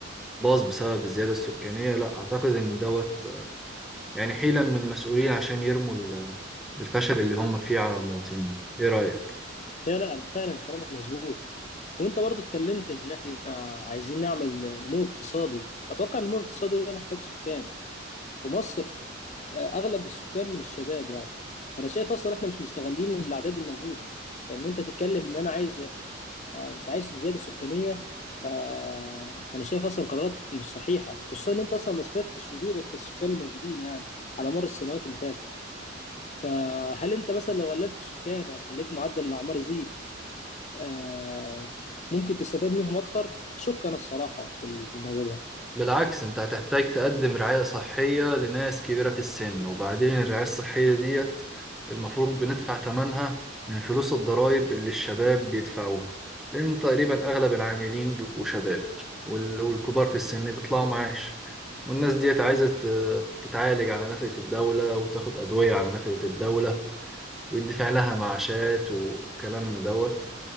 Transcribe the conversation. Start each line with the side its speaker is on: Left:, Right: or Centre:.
Centre: باظ بسبب الزيادة السكانية لا اعتقد ان دوت يعني حيلة من المسؤولين عشان يرموا ال- الفشل اللي هم فيه على المواطنين ايه رأيك
Left: فعلا فعلا كلامك مظبوط وانت برضو اتكلمت ان احنا عايزين نعمل نمو اقتصادي اتوقع النمو الاقتصادي ده محتاج سكان ومصر اغلب السكان من الشباب يعني فانا شايف اصلا احنا مش مستغلين الاعداد الموجوده فان انت تتكلم ان انا عايز آه، مش عايز زياده سكانيه ف... فانا شايف اصلا قرارات مش صحيحه خصوصا ان انت اصلا ما اثبتتش وجودك في السكان الموجودين يعني على مر السنوات اللي فاتت فهل انت مثلا لو قللت السكان او خليت معدل الاعمار يزيد آه، ممكن تستفاد منهم اكتر اشك انا الصراحه في ال- في الموضوع ده
Centre: بالعكس انت هتحتاج تقدم رعاية صحية لناس كبيرة في السن وبعدين الرعاية الصحية ديت المفروض بندفع ثمنها من فلوس الضرائب اللي الشباب بيدفعوها لأن تقريبا أغلب العاملين بيبقوا شباب وال- والكبار في السن بيطلعوا معاش والناس ديت عايزة ت- تتعالج على نفقة الدولة وتاخد أدوية على نفقة الدولة ويدفع لها معاشات وكلام من دوت